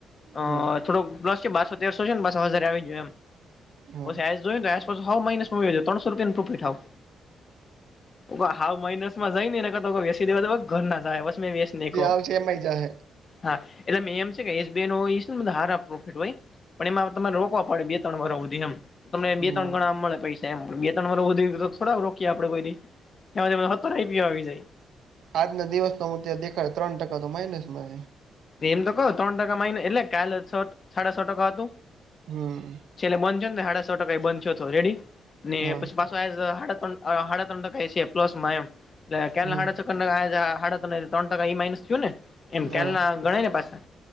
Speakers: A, on the left; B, on the right.
A: અ
B: હમ
A: થોડો પ્લસ કે બારતો તેરસો છેન, બાસ હઝારે આવી ગ્યો એમ.
B: હા
A: આઇસ જોઇન રાઇસ. તો તો હાવ માઈનસમાં વયો જાય. ત્તણસો રૂપિયાનો પ્રોફિટ હાવ. અવ હાવ માઇનસ માં ઝાય ને, એના કરતા તો વેસી દેવા. ઘર ના ઝાય એવા છ. મે વેસ નાયખો.
B: જે આવશે એમાંય જાહે
A: હા, એટલે મેં એમ સે કે, એસબીઆઈ નો હોઈ ઈ સે ન બધા હારા પ્રોફિટ હોય. પણ એમાં હવ તમારે રોકવા પડે, બે ત્તણ વરહ હુધી એમ. તમને
B: હમ
A: બે ત્તણ ગણા મળે પૈસા એમ. પણ બે ત્તણ વરહ હુધી તો થોડા રોકીયે આપડે કોઈ દી? એમાં તો હત્તર આઈપીઓ આવી ઝાય.
B: આજનો દિવસ તો હું ત્યાં દેખાય, ત્રન ટકા તો માઇનસ માં હે.
A: તી એમ તો કવ. તણ ટકા માઈનસમાં એટલે, કાલે છટ સાડા છ ટકા હતું.
B: હમ્મ.
A: છેલ્લે બન થ્યો ને ત હાડા સ ટકાએ બન થ્યો તો. રેડી? ને
B: હા
A: પસી પાસ પ્રાઇઝ હાડા તન, અ હાડા તન ટકા એ છે પ્લસમાં એમ <unintelligible>
B: હમ
A: તણ ટકા ઈ માઇનસ થ્યુ ને? એમ.
B: હા
A: કાલના ગણાય ને પાસા?